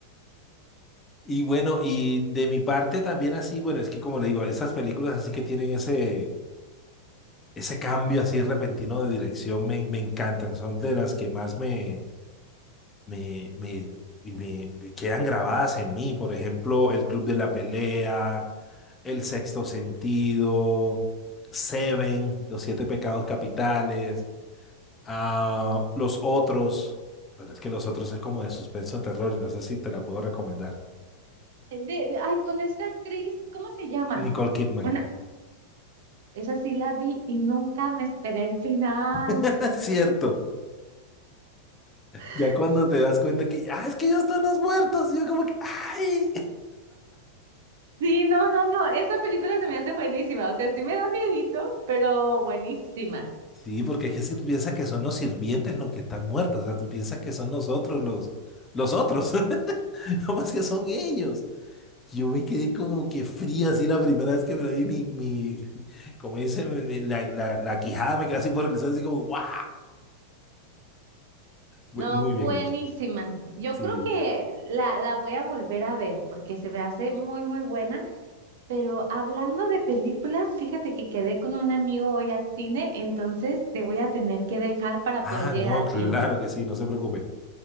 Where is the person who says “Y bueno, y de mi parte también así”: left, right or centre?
Left